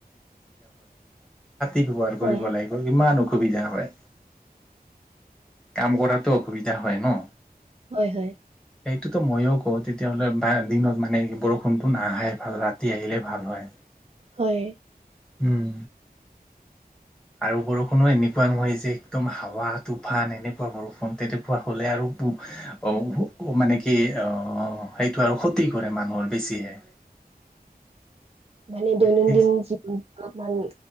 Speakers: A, in the centre; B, on the right (about 40°).
A: িক ভাৰ
B: হয়
A: কৰি বলাগ ইমান অসুবিধা হয় কাম কৰাতো অসুবিধা হয় ন
B: হয় হয়
A: সটোতো ময়ো কওঁ তেতিয়াহ'লে বা দিনত মানে বৰষুণব নাহে ভাল ৰাতি আহিলে ভাল হয়
B: হয়
A: উম আৰু বৰষুণো এনেকুৱা নহয় যে, একদম হাৱা- তুফান, এনেকুৱা বৰষুণ তেনেকুৱা হ'লে আৰু অ' মানে কি আহ সেইটো আৰু ক্ষতি কৰে মানুহৰ বেছিহে।
B: মানে দৈনন্দিন
A: সেই
B: জীৱ অলপমান